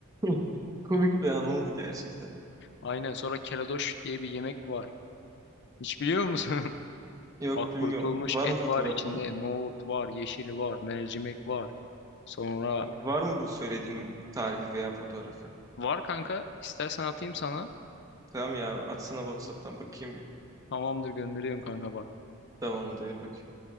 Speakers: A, on the right; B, on the left.
A: <laughs> komik bir an oldu gerçekten.
B: Aynen sonra keledoş diye bir yemek var. Hiç biliyor musun? <laughs>
A: Yok
B: Bak
A: bilmiyorum.
B: kurutulmuş
A: Var
B: et
A: mı fotoğrafı
B: var içinde.
A: onun?
B: Nohut var, yeşil var, mercimek var. Sonra
A: Var mı bu söylediğinin tarifi veya fotoğrafı?
B: var kanka istersen atayım sana.
A: Tamam ya atsana WhatsApp'tan bakayım bir.
B: Tamamdır gönderiyorum kanka bak.
A: Tamam diyor bakıyorum.